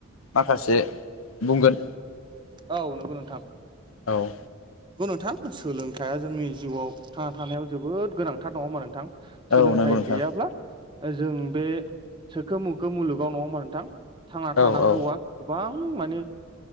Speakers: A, on the left (about 80°); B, on the right (about 20°).
A: माखासे बुंगोन।
B: औ नंगौ नोंथां।
A: औ।
B: औ नोंथां सोलोंथाइया जोंनि जिउआव थांना थानायाव जोबोद गोनांथार नङ मा नोंथां? सोलोंथाइ
A: औ नंगौ नोंथां
B: गैयाब्ला ओ जों बे सोखो मोखो मुलुगाव नङा होमबा नोंथां थांना थानांगौआ।
A: औ औ
B: गोबां माने